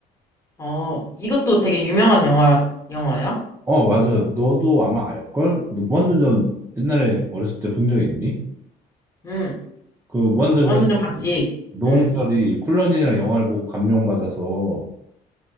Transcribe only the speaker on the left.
어, 이것도 되게 유명한 영화, 영화야?
음.
무한도전 봤지?
응,